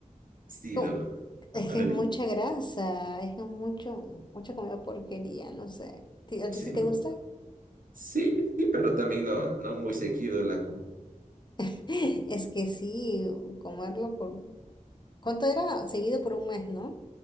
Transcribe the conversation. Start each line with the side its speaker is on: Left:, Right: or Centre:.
Right: Sí,
Left: como
Right: lo...
Left: Es
Right: Ándale.
Left: que es mucha grasa, es que mucho, mucha comida porquería, no sé. ¿Ti- ¿A
Right: Sí,
Left: ti sí te
Right: mu-
Left: gusta?
Right: sí, sí, pero también no, no muy seguido la como.
Left: <laughs> Es que sí, comerlo por... ¿Cuánto era? Seguido por un mes, ¿no?